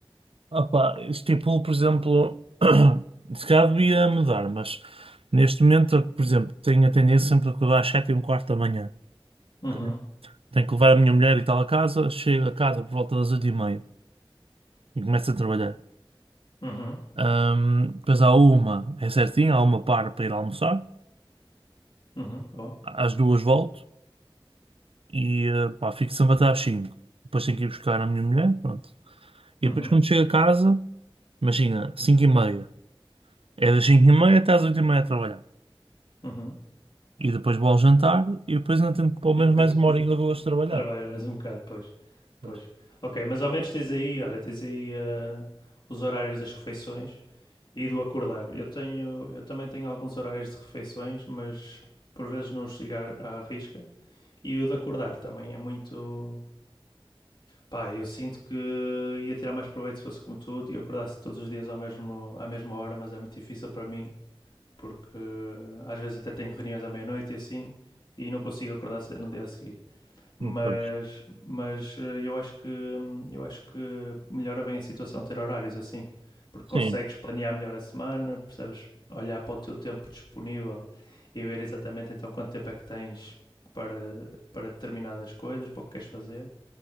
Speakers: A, on the right; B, on the left.
A: ah, pá, estipulo, por exemplo, <clears throat> se calhar devia mudar, mas neste momento, eu, por exemplo, tenho a tendência sempre a acordar às sete e um quarto da manhã.
B: Uhum.
A: ok? Tenho que levar a minha mulher e tal a casa, chego a casa por volta das oito e meia e começo a trabalhar.
B: Uhum,
A: Ahm, depois há uma, é certinho, há uma para para ir almoçar,
B: uhum, boa.
A: às duas volto, E eh, pá, fico sempre até às cinco Depois tenho que ir buscar a minha mulher, pronto. E
B: Uhum,
A: depois quando chego a casa, imagina, 5 e meia. É das 5 e meia até às 8 e meia a trabalhar.
B: uhum.
A: E depois vou ao jantar e depois ainda tenho pelo
B: E
A: menos
B: depois
A: mais uma
B: te-
A: horinha ou duas de trabalhar.
B: trabalhas mais um bocado, pois. Pois.
A: Pois.
B: Ok, mas ao menos tens aí, olha, tens aí ah, os horários das refeições e do acordar. Eu tenho, eu também tenho alguns horários de refeições, mas por vezes não os sigo à à risca. E o de acordar também é muito. Pá, eu sinto que ia tirar mais proveito se fosse como tu e eu acordasse todos os dias ao mesmo, à mesma hora, mas é muito difícil para mim porque eh, às vezes até tenho reuniões à meia-noite e assim, e não consigo acordar cedo no dia a seguir. Mas,
A: Hum, pois.
B: mas eh, eu acho que eu acho que melhora bem a situação ter horários assim, porque
A: Sim,
B: consegues planear melhor a semana, percebes olhar para o teu tempo disponível e ver exatamente então quanto tempo é que tens para, para determinadas coisas, para o que queres fazer.